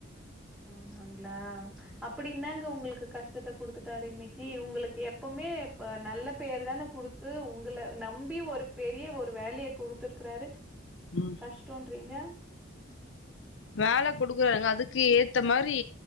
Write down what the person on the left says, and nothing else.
ம்
வேல குடுக்குறாங்க அதுக்கு ஏத்த மாரி